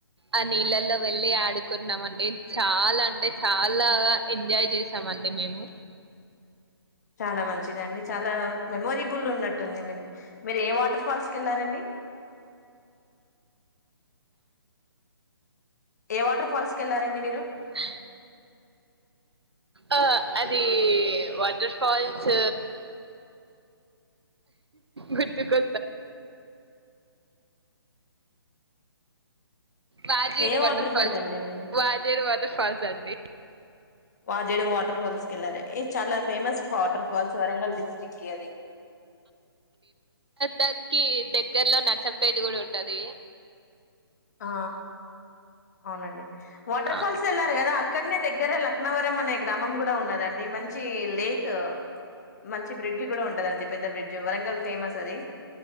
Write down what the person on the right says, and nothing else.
ఆ నీళ్లలో వెళ్ళి ఆడుకున్నామండి చాలా అంటే చాలా ఎంజాయ్ చేసామండి మేము
అ ఆ అది వాటర్ ఫాల్స్ గుతుకు వాజేడు
వాటర్ ఫాల్స్
వాజేడు వాటర్ ఫాల్స్ అండి
దానికి దగ్గరలో నసంపేట కూడా ఉంటది
ఆ